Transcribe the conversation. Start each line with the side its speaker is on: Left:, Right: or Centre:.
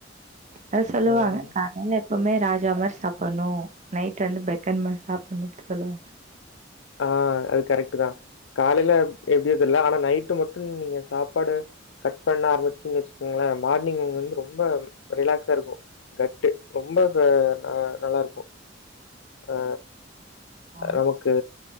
Right: அத சொல்லுவாங்க
Left: ம்.
Right: அதனால எப்பவுமே ராஜ் ஜா மாரி சாப்பட்ணு நைட் வந்து பெக்கர் மாரி சாப்புட்ணு அப்டி சொல்லுவாங்க
Left: ஆஹ் அது கரெக்ட்டுதா காலய்ல எப்டியோ தெர்ல ஆனா நைட்டு மட்டு நீங்க சாப்பாட கட் பண்ணா ஆரம்பிச்டீங்க வச்சு குங்ளே மார்னிங் வந்து ரொம் ம்ப ரிலாக்ஸாருக்கு கட்டு ரொம்ப அ நல்லாருக்கு அ
Right: ஆ
Left: நமக்கு